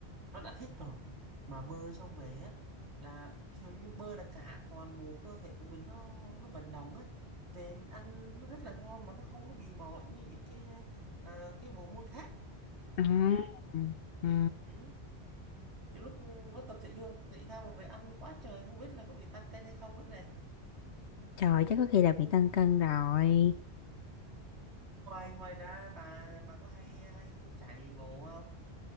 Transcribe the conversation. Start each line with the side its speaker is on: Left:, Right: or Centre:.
Right: nó đã thích rồi mà bơi xong về á là kiểu như bơi là cả toàn bộ cơ thể của mình nó nó vận động á về mình ăn nó rất là ngon mà nó không có bị mỏi như những cái ờ, cái bộ môn khác
Left: À,
Right: ừ.
Left: ừ. ừ.
Right: Ừ nhiều lúc nó tập thể dục thể thao mà về ăn quá trời không biết là có bị tăng cân hay không nữa này
Left: Trời chắc có khi là bị tăng cân rồi.
Right: ngoài ngoài ra bà bà có hay hay chạy bộ không